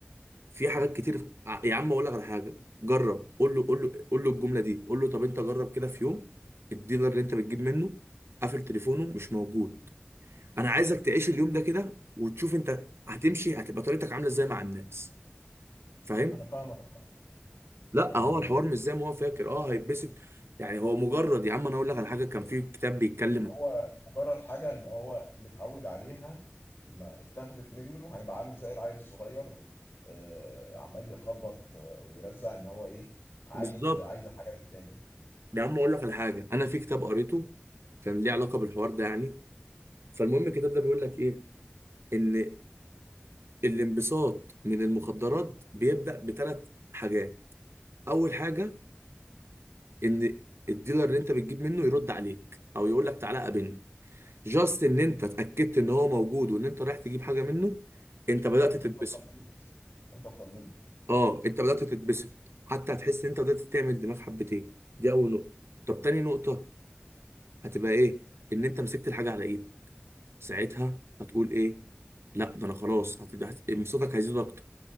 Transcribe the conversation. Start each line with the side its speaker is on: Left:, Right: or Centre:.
Right: في حاجات كتير ع- يا عم اقول لك على حاجه جرب قول له قول له قول له الجمله دي قول له طب انت جرب كده في يوم الديلر اللي انت بتجيب منه قافل تليفونه مش موجود انا عايزك تعيش اليوم ده كده وتشوف انت هتمشي هتبقى طريقتك عامله ازاي مع الناس فاهم
Left: انا فاهمك عامة.
Right: لا
Left: يعني
Right: هو الحوار مش زي ما هو فاكر اه هيتبسط يعني هو مجرد يا عم انا اقول لك على حاجه كان في كتاب بيتكلم
Left: هو مجرد حاجة ان هو متعود عليها ما اتاخدت منه هيبقى عامل زي العيل الصغير آه، عمال يخبط آه، ويرزع ان هو ايه عايز
Right: بالظبط
Left: عايز الحاجة دي تاني
Right: يا عم اقول لك على حاجه انا في كتاب قريته كان ليه علاقه بالحوار ده يعني فالمهم الكتاب ده بيقول لك ايه ان الانبساط من المخدرات بيبدأ بثلاث حاجات اول حاجة ان الديلر اللي انت بتجيب منه يرد عليك او يقول لك تعالى قابلني جاست ان انت اتأكدت ان هو موجود وان انت رايح تجيب حاجة منه انت بدأت
Left: مم،
Right: تتبسط
Left: انت اطمنت انت اطمنت
Right: اه انت بدأت تتبسط حتى هتحس ان انت بدأت تعمل دماغ حبتين دي اول نقطة طب تاني نقطة هتبقى ايه ان انت مسكت الحاجة على ايدك ساعتها هتقول ايه لا ده انا خلاص هتبقى انبساطك هيزيد اكتر